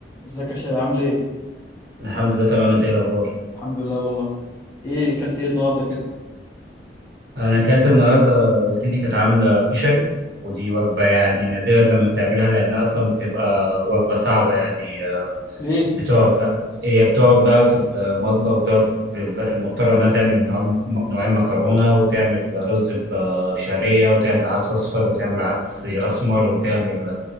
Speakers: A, on the left; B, on the right.
A: ازيك يا شباب عامل ايه؟
B: الحمد لله تمام انت ايه الاخبار
A: الحمد لله والله ايه اكلت ايه النهارده كده؟
B: انا اكلت النهارده والدتي كانت عامله كشري ودي وجبه يعني نادرا لما بتعملها لانها اصلا بتبقى وجبه صعبه يعني آه،
A: ليه؟
B: بتقعد بقى هي بتقعد بقى في المطبخ بتقعد لا، المضطره انها تعمل نوع- نوعين مكرونه وتعمل رز ب- بشعريه وتعمل عدس اصفر وتعمل عدس اسمر وتعمل